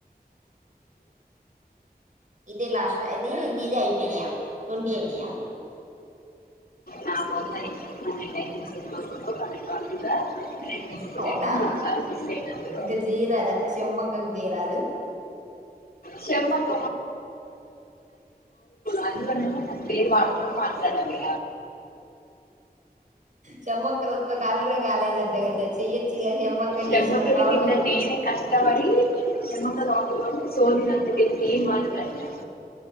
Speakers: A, on the right; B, on the left.
A: ఇది లాస్ట్ ఇది నీది అయిపోయినాయా ట్వంటీ అయినాయా.
B: నా పొందని పన్నెండు అయితే సినిమాలో పన్నెండు వరకుగా రెండు
A: అవుడా
B: రెండు మూడు సార్లు మిస్ అయినందులో
A: ఇంకా జీరాద అక్క చెమ్మక్కకి జయరాదు.
B: చెమ్మ త. అల్లనేమో మన పేరు మాట్లాడకుండా మాట్లాడాలి.
A: చెమ్మక్క ఒక్క కాలు కూడా కాలేదంట కదా చెయ్యొచ్చుగా చెమ్మక్క.
B: డెమక్రటిక్ింద
A: చేసిన కౌంట్
B: నేనే కష్టపడి డెమక్ర అు. సోది అంత వెది నేను ఏం మాట్లాడలే.